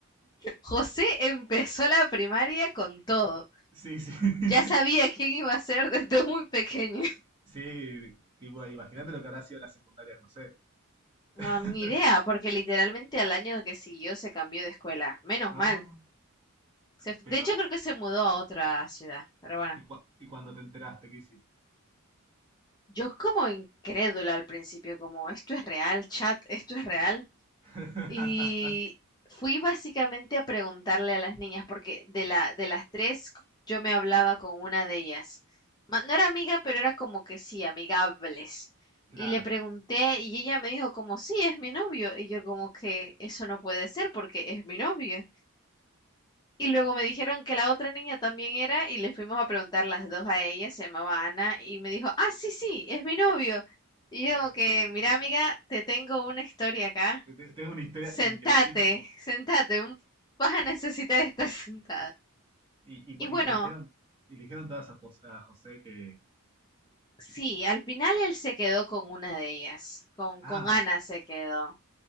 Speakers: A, on the left; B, on the right.
A: José empezó la primaria con todo.
B: Sí, sí.
A: Ya sabía
B: <laughs>
A: quién iba a ser desde muy pequeño. <laughs>
B: Sí, tipo, imagínate lo que habrá sido la secundaria, José.
A: No,
B: <laughs>
A: ni idea, porque literalmente al año que siguió se cambió de escuela. Menos
B: Ah,
A: mal. Se-
B: pero,
A: de hecho, creo que se mudó a otra ciudad. Pero bueno,
B: ¿y, cua- y cuando te enteraste, qué hiciste?
A: yo como incrédula al principio, como esto es real, chat, esto es real.
B: <laughs>
A: Y fui básicamente a preguntarle a las niñas, porque de la, de las tres c- yo me hablaba con una de ellas. Ma- No era amiga, pero era como que sí, amigables.
B: Claro.
A: Y le pregunté y ella me dijo como, sí, es mi novio. Y yo como que eso no puede ser porque es mi novio. Y luego me dijeron que la otra niña también era y le fuimos a preguntar las dos a ella, se llamaba Ana, y me dijo, ah, sí, sí, es mi novio. Y yo como que, mira amiga, te tengo una historia acá.
B: Te- te- Tengo una historia
A: Sentate,
B: increíble.
A: sentate, un- vas a necesitar estar sentada.
B: Y, y, cua-
A: Y bueno,
B: y le dijeron, y le dijeron todas a José, a José que,
A: sí, al final él se quedó con una de ellas, con,
B: ah,
A: con Ana se quedó.